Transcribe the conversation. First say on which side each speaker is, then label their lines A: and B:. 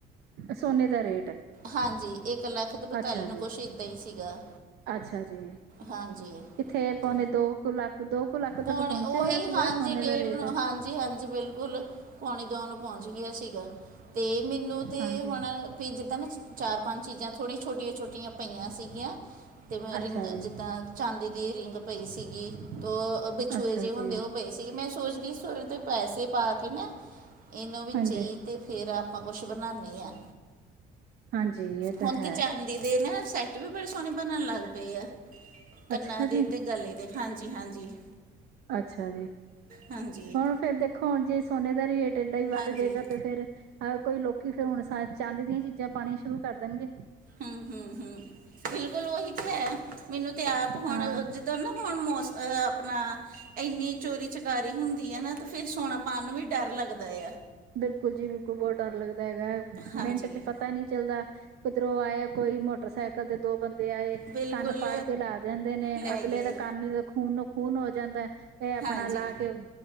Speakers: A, on the right; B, on the right.
A: ਸੋਨੇ ਦਾ ਰੇਟ,
B: ਹਾਂਜੀ, ਇੱਕ ਲੱਖ ਦੀ ਬਤਾਲੀ
A: ਅੱਛਾ
B: ਨੂੰ,
A: ਜੀ
B: ਕੁਛ ਏਦਾਂ ਹੀ ਸੀਗਾ।
A: ਅੱਛਾ ਜੀ,
B: ਹਾਂਜੀ
A: ਈਥੇ, ਪਾਉਣੇ
B: ਤੇ
A: ਦੋ ਕੁ ਲੱਖ, ਦੋ ਕੁ ਲੱਖ
B: ਪੌਣੇ
A: ਤੱਕ ਪਹੁੰਚ
B: ਉਹੀ
A: ਗਿਆ ਸੀਗਾ
B: ਹਾਂਜੀ
A: ਸੋਨੇ
B: ਡੇਢ
A: ਦਾ ਰੇਟ
B: ਨੂੰ, ਹਾਂਜੀ, ਜੀ ਹਾਂਜੀ, ਬਿਲਕੁਲ ਪੋਣੇ ਦੋ ਨੂੰ ਪਹੁੰਚ ਗਿਆ ਸੀਗਾ, ਤੇ ਮੈਨੂੰ ਤਾਂ
A: ਹਾਂਜੀ
B: ਹੁਣ ਵੀ ਜਿੱਦਾਂ ਨਾ ਚਾਰ ਪੰਜ ਚੀਜ਼ਾਂ ਥੋੜੀਆਂ ਛੋਟਿਆਂ ਛੋਟਿਆਂ। ਪਇਆਂ ਸੀਗੀਆਂ, ਅਤੇ ਮੈਂ
A: ਅੱਛਾ
B: ਰਿੰਗ,
A: ਜੀ
B: ਜਿੱਦਾਂ ਚਾਂਦੀ ਦੀ ਰਿੰਗ ਪਈ ਸੀਗੀ। ਤ ਬਿਛੂਏ
A: ਅੱਛਾ
B: ਜੇ ਹੁੰਦੇ,
A: ਜੀ
B: ਉਹ ਪਏ ਸੀਗੇ, ਮੈਂ ਸੋਚਦੀ ਸੁਰੁ ਤੋਂ ਪੈਸੇ ਪਾ ਕੇ ਨਾ, ਇਹਨੂੰ ਵੇਚੀਏ,
A: ਹਾਂਜੀ
B: ਤੇ ਫਿਰ ਆਪਾਂ ਕੁਛ ਬਣਾਉਂਦੇ ਹਾਂ।
A: ਹਾਂਜੀ ਇਹ ਤਾਂ
B: ਹੁਣ
A: ਹੈ
B: ਤੇ ਚਾਂਦੀ ਦੇ ਨਾ ਸੈੱਟ ਵੀ ਬੜੇ ਸੋਹਣੇ ਬਣਨ ਲੱਗ ਪਏ ਐ। ਕੰਨਾਂ
A: ਅੱਛਾ
B: ਦੇ,
A: ਜੀ
B: ਤੇ ਗਲੇ ਦੇ, ਹਾਂਜੀ, ਹਾਂਜੀ।
A: ਅੱਛਾ ਜੀ।
B: ਹਾਂਜੀ
A: ਹੁਣ ਫੇਰ ਦੇਖੋ, ਹੁਣ ਜੇ ਸੋਨੇ ਦਾ ਰੇਟ ਏਦਾ ਈ ਵੱਧ
B: ਹਾਂਜੀ
A: ਜਾਏਗਾ, ਤੇ ਫੇਰ ਹ ਕੋਈ ਲੋਕੀ, ਫੇਰ ਹੁਣ, ਸਾ ਚਾਂਦੀ ਦੀਆਂ ਚੀਜ਼ਾਂ ਪਾਣਿਆਂ ਸ਼ੁਰੂ ਕਰ ਦੇਣਗੇ।
B: ਹੁੰ-ਹੁੰ-ਹੁੰ। ਬਿਲਕੁਲ, ਔਹੀ ਤੇ ਹੈ, ਮਿਨੂੰ ਤੇ ਆਪ ਹੁਣ,
A: ਹਾਂ
B: ਜਿੱਦਾਂ ਨਾ, ਹੁਣ ਮੌਸ ਆਪਣਾ, ਇੰਨੀ ਚੋਰੀ ਚਕਾਰੀ ਹੁੰਦੀ ਐ, ਨਾ ਤੇ ਫੇਰ ਸੋਣਾ ਪਾਉਣ ਨੂੰ ਵੀ ਡਰ ਲੱਗਦਾ ਐ।
A: ਬਿਲਕੁਲ ਜੀ ਬਿਲਕੁਲ ਬਹੁਤ ਡਰ ਲੱਗਦਾ ਹੈਗਾ, ਮਿੰਟ
B: ਹਾਂਜੀ
A: ਚ ਪਤਾ ਨਹੀਂ ਚੱਲਦਾ। ਕਿਧਰੋਂ ਆਏ ਕੋਈ ਮੋਟਰਸਾਈਕਲ ਤੇ, ਦੋ ਬੰਦੇ, ਆਏ,
B: ਬਿਲਕੁਲ
A: ਕੰਨ ਪਾੜ ਕੇ ਲਾ ਜਾਂਦੇ ਨੇ,
B: ਲੈ
A: ਅਗਲੇ
B: ਗਏ
A: ਦਾ ਕੰਨ ਖੂਨੋ -ਖੂਨ ਹੋ ਜਾਂਦਾ। ਇਹ ਆਪਣਾ
B: ਹਾਂਜੀ
A: ਲਾ ਕੇ,